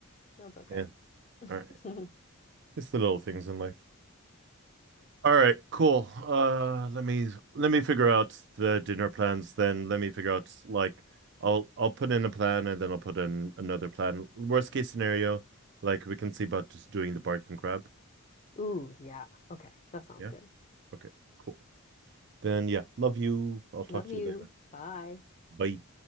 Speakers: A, on the left (about 30°); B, on the right (about 50°).
A: that's okay.
B: Yeah. All right.
A: <laughs>
B: It's the little things in life. All right, cool. Uh, let me let me figure out the dinner plans then. Let me figure out like I'll I'll put in a plan and then I'll put in another plan. Worst case scenario, like we can see about just doing the barking crab.
A: Ooh, yeah. Okay, that sounds
B: Yeah.
A: good.
B: Okay, cool. Then yeah, love you. I'll talk
A: Love
B: to
A: you.
B: you later.
A: Bye.
B: Bye.